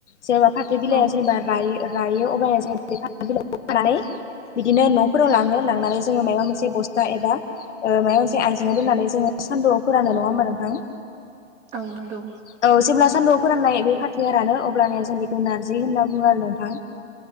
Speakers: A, on the left; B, on the right.
A: जेनेबा फाथो बिलाइया
B: औ
A: जेनेबा रायो रायो अब जो बे फाथो बिलाइखौ खानानै बिदिनो न'फोराव
B: उम
A: लाङो लांनानै जोङो माबा मोनसे बस्था एबा माबा मोनसे आइजेंआव दोननानै जोङो सान्दुआव फोरानो नङा होमबा नोंथां
B: औ नंगौ
A: औ जेब्ला सान्दुआव फोराननाय बे फाथोआानो अबब्लााना जों बेखौ नारजि होनना बुङो आरो नोंथां